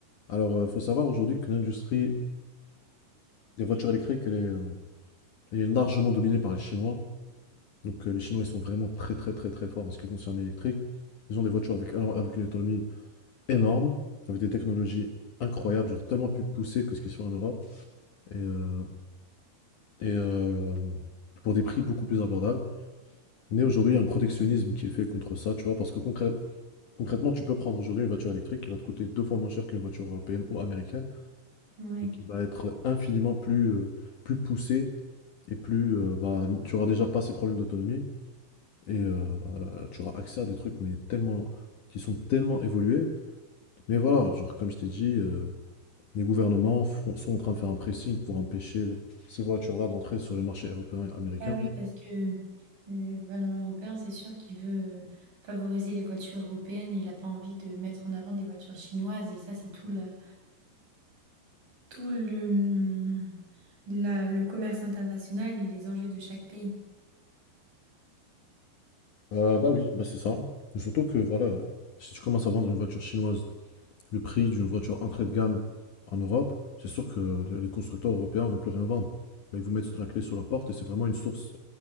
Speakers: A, on the left; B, on the right.
A: alors, il faut savoir aujourd'hui que l'industrie des voitures électriques, elle est, euh, elle est largement dominée par les Chinois. Donc, euh, les Chinois, ils sont vraiment très, très, très, très forts en ce qui concerne l'électrique. Ils ont des voitures avec, alors, avec une autonomie énorme, avec des technologies incroyables, genre tellement plus poussées que ce qu'ils font en Europe. Et, euh, et euh, pour des prix beaucoup plus abordables. Mais aujourd'hui, il y a un protectionnisme qui est fait contre ça, tu vois, parce que concrè- concrètement, tu peux prendre aujourd'hui une voiture électrique qui va te coûter deux fois moins cher qu'une voiture européenne ou américaine,
B: oui.
A: et qui va être infiniment plus, euh, plus poussée, et plus, euh, bah, tu auras déjà pas ces problèmes d'autonomie, et euh, euh, tu auras accès à des trucs mais tellement, qui sont tellement évolués. Mais voilà, genre, comme je t'ai dit, euh, les gouvernements font- sont en train de faire un pressing pour empêcher ces voitures-là d'entrer sur le marché européen et américain.
B: Bah oui, parce que euh, le gouvernement européen, c'est sûr qu'il veut euh, favoriser les voitures européennes et il n'a pas envie de mettre en avant des voitures chinoises. Et ça, c'est tout, la- tout le, hum, la- le commerce international et les enjeux de chaque pays.
A: Euh, bah oui, bah c'est ça. Et surtout que voilà, si tu commences à vendre une voiture chinoise, le prix d'une voiture entrée de gamme en Europe, c'est sûr que le- les constructeurs européens vont plus rien vendre. Bah, ils vous mettent la clé sur la porte et c'est vraiment une source